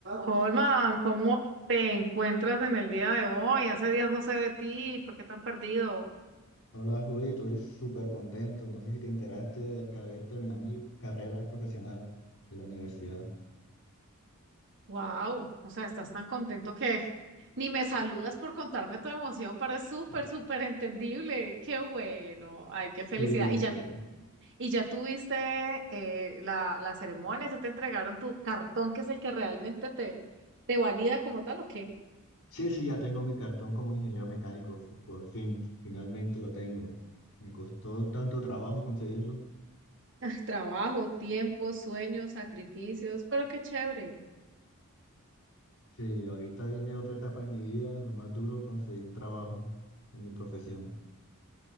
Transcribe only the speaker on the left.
Hola Juli, estoy súper contento. No sé si te enteraste, acabé de terminar mi carrera profesional de la universidad.
Sí,
sí,
sí,
sí, sí, ya tengo mi cartón como ingeniero mecánico, f- por fin, finalmente lo tengo. Me costó tanto trabajo conseguirlo.
Sí, ahorita viene otra etapa en mi vida, lo más duro, conseguir trabajo en mi profesión.